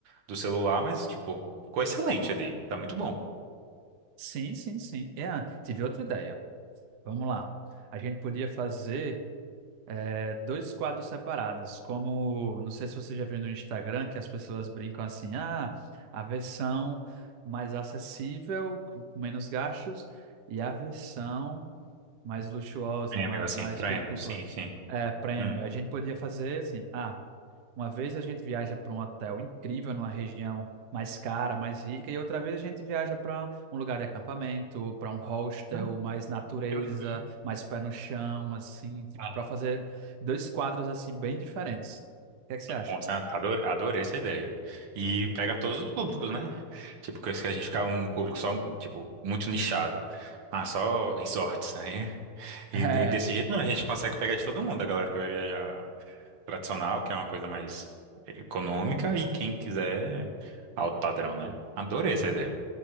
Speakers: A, on the right; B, on the right.
A: do celular, mas tipo, ficou excelente ali. Tá muito bom.
B: Sim, sim, sim. É, tive outra ideia. Vamos lá. A gente podia fazer é, dois quadros separados, como, não sei se você já viu no Instagram, que as pessoas brincam assim, ah, a versão mais acessível, com com menos gastos, e a versão mais luxuosa,
A: Prêmio,
B: mais,
A: assim,
B: mais
A: prêmio,
B: chique, tipo,
A: sim, sim.
B: é, prêmio.
A: Hum.
B: A gente podia fazer assim, ah, Uma vez a gente viaja para um hotel incrível, numa região mais cara, mais rica, e outra vez a gente viaja para um lugar de acampamento, para um hostel,
A: Ah,
B: mais natureza,
A: que legal.
B: mais pé no chão, assim, tipo,
A: Ah,
B: para fazer dois quadros assim bem diferentes. O que é que você acha?
A: bom,
B: <laughs>
A: sabe? Adorei, adorei essa ideia. E pega todos os públicos, né? Tipo, que a gente ficar um público só, tipo, muito nichado. Ah, só resorts, né? E
B: É.
A: ne- desse jeito, não, a gente consegue pegar de todo mundo, a galera que vai viajar tradicional, que é uma coisa mais econômica, e quem quiser alto padrão, né? Adorei essa ideia.